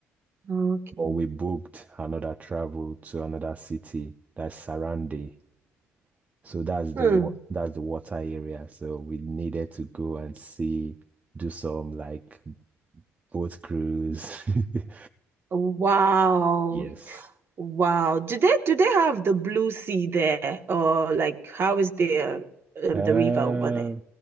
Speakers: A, on the right (about 45°); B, on the right (about 25°).
A: Okay.
B: but we booked another travel to another city, that's Sarandi. So that's the
A: Hmm.
B: wa- that's the water area. So we needed to go and see, do some like boat cruise. <laughs>
A: Wow.
B: Yes.
A: Wow. Do they do they have the blue sea there? Or like how is the um,
B: Uh,
A: the river over there?